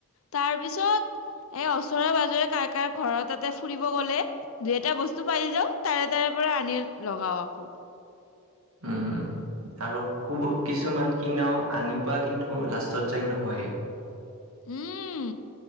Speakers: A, on the left; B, on the right.
A: তাৰ পিছত এই ওচৰে পাজৰে কাৰ কাৰ ঘৰৰত তাতে ফুৰিব গ'লে দুই এটা বস্তু পাইি যাও তাৰে তাৰে পৰা আনি লগাও আকৌ।
B: উম আৰু কিছুমান কিনাও আনিবা কিন্তু লাষ্টত যাই নহয়েই।
A: উম